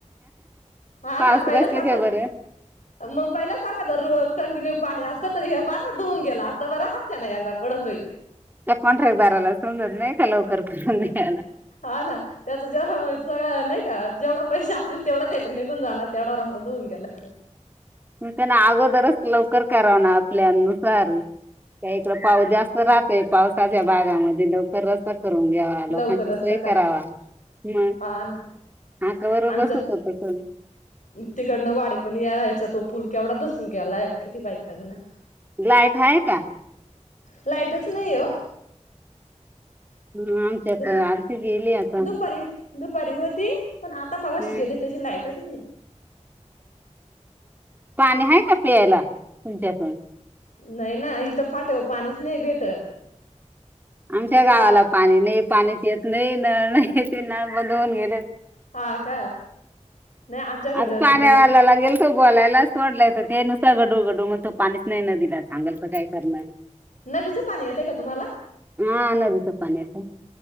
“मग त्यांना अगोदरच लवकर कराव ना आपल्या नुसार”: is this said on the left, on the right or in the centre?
Right